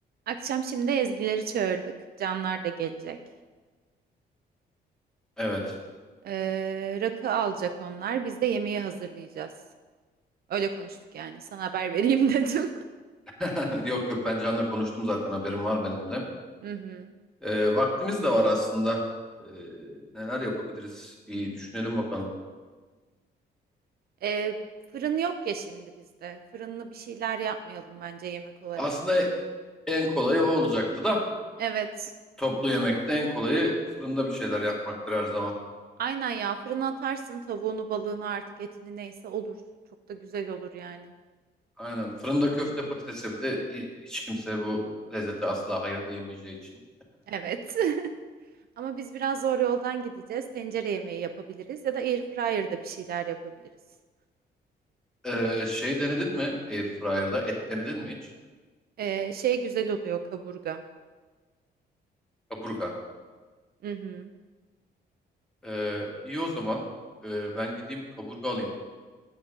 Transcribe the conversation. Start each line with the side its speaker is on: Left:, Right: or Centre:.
Right: Akşam şimdi Ezgileri çağırdık. Canlar da gelecek.
Centre: Evet.
Right: Ee, rakı alacak onlar. Biz de yemeği hazırlayacağız. Öyle konuştuk yani. Sana haber vereyim <laughs> dedim.
Centre: <laughs> Yok yok ben Can'la konuştum zaten haberim var benim de.
Right: Hı hı.
Centre: Ee, vaktimiz de var aslında. Ee, neler yapabiliriz bir düşünelim bakalım.
Right: Ee, fırın yok ya şimdi bizde. Fırınlı bir şeyler yapmayalım bence yemek olarak.
Centre: Aslında en kolayı o olacaktı da
Right: Evet.
Centre: toplu yemekte en kolayı fırında bir şeyler yapmaktır her zaman.
Right: Aynen ya. Fırına atarsın tavuğunu, balığını artık etini neyse olur. Çok da güzel olur yani.
Centre: Aynen fırında köfte patatese bir de hi- hiç kimse bu lezzete asla hayır diyemeyeceği için.
Right: Evet. <laughs> Ama biz biraz zor yoldan gideceğiz. Tencere yemeği yapabiliriz ya da airfryer'da bir şeyler yapabiliriz.
Centre: Ee, şey denedin mi Airfryer'da et denedin mi hiç?
Right: Ee, şey güzel oluyor kaburga.
Centre: Kaburga.
Right: Hı hı.
Centre: Ee, iyi o zaman Ee, ben gideyim kaburga alayım.